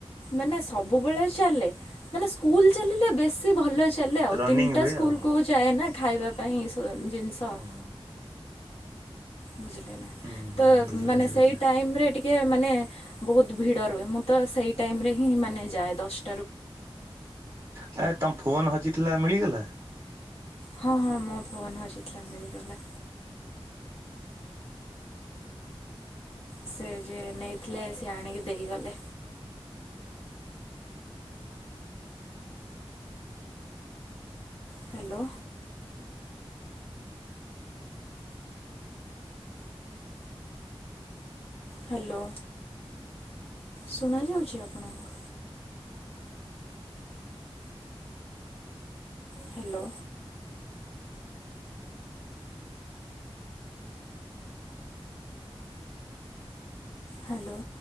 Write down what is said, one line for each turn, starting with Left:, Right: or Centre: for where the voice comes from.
Left: ମାନେ ସବୁବେଳେ ଚାଲେ ମାନେ ସ୍କୁଲ ଚାଲିଲେ ବେଶୀ ଭଲ ଚାଲେ ଆଉ
Right: ରନିଂ
Left: ତିନିଟା
Right: ହୁଏ
Left: ସ୍କୁଲ
Right: ଆଉ।
Left: କୁ ଯାଏ ନା। ଖାଇବା ପାଇଁ ଜିନିଷ। <inaudible>
Right: ଓହୋ
Left: ବୁଝିଲେ ନା
Right: ହୁଁ
Left: ତ
Right: ବୁଝିପାରିଲି
Left: ମାନେ ସେଇ
Right: ବୁଝିଲି
Left: ଟାଇମରେ ଟିକେ ଟିକେ ମାନେ ବହୁତ ଭିଡ ରୁହେ ମୁଁ ତ ସେଇ ଟାଇମ ରେ ହିଁ ମାନେ ଯାଏ ଦଶ
Right: ହ ଆ ତମ ଫୋନ୍ ହଜିଥିଲା ମିଳିଗଲା?
Left: ହଁ ହଁ ମୋ ଫୋନ ହଜିଥିଲା ମିଳିଗଲା। ସେ ଯେ ନେଇଥିଲେ ସେ ଆଣିକି ଦେଇଗଲେ। ହ୍ୟାଲୋ ହ୍ୟାଲୋ ଶୁଣା ଯାଉଛି ଆପଣଙ୍କୁ? Hello hello